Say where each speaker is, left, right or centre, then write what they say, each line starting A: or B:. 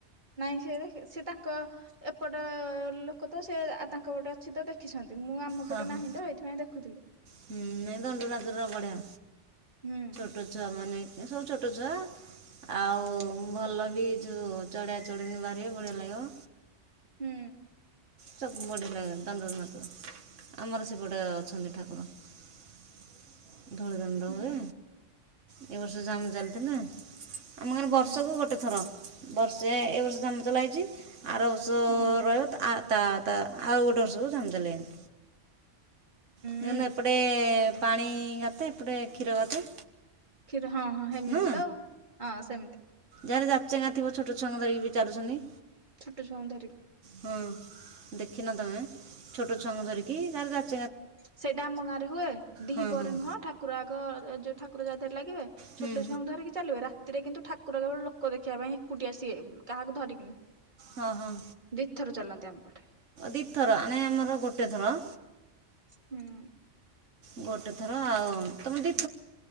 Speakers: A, on the right (about 40°); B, on the right (about 75°).
A: ନାଇଁ ସେ ଦେଖିବେ ସେ ତାଙ୍କ ଏପଟ ଲୋକ ତ ସେ ତାଙ୍କ ପଟେ ଅଛି ତ ଦେ ଦେଖିଛନ୍ତି ମୁଁ ଆମ
B: ହଁ
A: ପଟେ
B: ହଁ
A: ନାହିଁ ତ ଏଇଥିପାଇଁ ଦେଖୁଥିଲି।
B: ହୁଁ ନାଇଁ ଦଣ୍ଡ ନାଚଟା ବଢ଼ିଆ
A: ହୁଁ।
B: ଛୋଟ ଛୁଆ ମାନେ ସବୁ ଛୋଟ ଛୁଆ ଆଉ ଭଲ ବି କୁ ଚଢଆ ଚଢନ ଭାରି ବଢଆ ଲାଗିବ।
A: ହୁଁ।
B: ସବୁ ବଢିଲା ଦଣ୍ଡନାଚ ଆମର ସେପଟେ ଅଛନ୍ତି ଠାକୁର। <inaudible> ଧୂଳି ଦାଣ୍ଡ
A: ହୁଁ
B: ହୁଏ, ଏ ବର୍ଷ ଝାମୁ ଚାଲିଥିଲା। ଆମ ଗାଁରେ
A: ହୁଁ
B: ବର୍ଷକୁ ଗୋଟେ ଥର, ବର୍ଷେ ଏ ବର୍ଷ ଝାମୁ ଚଲା ହେଇଛି। ଆର ବର୍ଷ
A: ହୁଁ
B: ରହିବ ତା ତା ଆଉ ଗୋଟେ ବର୍ଷକୁ ଝାମୁ ଚାଲେଇନି। ଯୋଉନ
A: ହୁଁ
B: ଏପଟେ ପାଣି ଗାତେ ଏପଟେ କ୍ଷୀର ଗାତେ।
A: କ୍ଷୀର ହଁ ହଁ ହେମିତି
B: ନା
A: ତ ଆଉ ହଁ ସେମିତି।
B: ଯାହାର ଯାଚେଙ୍ଗା ଥିବ ଛୋଟ ଛୁଆଙ୍କୁ ବି ଧରି ଚାୁଲୁଛନ୍ତି।
A: ଛୋଟ ଛୁଆଙ୍କୁ ଧରିକି।
B: ହଁ ଦେଖିନ ତମେ ଛୋଟ ଛୁଆଙ୍କୁ ଧରିକି ଯାହାର ଯା
A: ସେ ଟା ଆମ ଗାଁରେ ହୁଏ, ଦିପହରେ
B: ହଁ ହଁ ହୁଁ,
A: ନୁହଁ ଠାକୁର ଆଗ ଯୋଉ ଠାକୁର ଯା ଦେହରେ ଲାଗିବେ।
B: ହୁଁ,
A: ଛୋଟ ଛୁଆଙ୍କୁ ଧରିକି ଚାଲିବେ ରାତିରେ କିନ୍ତୁ ଠାକୁର କେବଳ ଲୋକ ଦେଖିବା ପାଇଁ ଏକୁଟିଆ ଆସିବେ କାହାକୁ ଧରିକିନି।
B: ହଁ ହଁ।
A: ଦି ଥର ଚାଲନ୍ତି ଆମପଟେ।
B: ଦି ଥର ନାଇଁ ଆମର ଗୋଟେ ଥର।
A: ହୁଁ
B: ଗୋଟେ ଥର ଆଉ ତମେ ଦି।